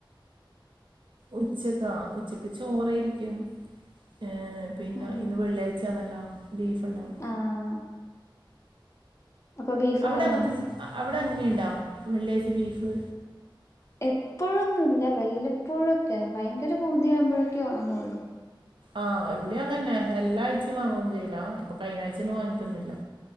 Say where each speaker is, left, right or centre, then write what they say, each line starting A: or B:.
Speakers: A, on the right; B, on the left.
A: ഉച്ചക്കാ ഉച്ചക്ക് ചോറായിരിക്കും ഏ പിന്നെ
B: ആഹ്
A: ഇന്ന് വെള്ളിയാഴ്ചആണല്ലോ ബീഫ് ഉണ്ടാവും
B: ആഹ് അപ്പൊ ബീഫ്
A: അവിടെ
B: വാങ്ങോ
A: അങ്ങനത്തെ അവിടെ അങ്ങനെയുണ്ടോ വെള്ളിയാഴ്ച ബീഫ്
B: എപ്പോഴൊന്നുല്ല വല്ലപ്പോഴൊക്കെ ഭയങ്കര പൂതിയാവുമ്പോഴൊക്കെ വാങ്ങുള്ളൂ
A: ആഹ് ഇവിടെയും അങ്ങനന്നെ എല്ലാഴ്ച വാങ്ങുവൊന്നന്ന് ചെയ്യില്ല ഇപ്പൊ കഴിഞ്ഞ ആഴ്ച ഒന്ന് വാങ്ങിയിട്ടൊന്നുമില്ല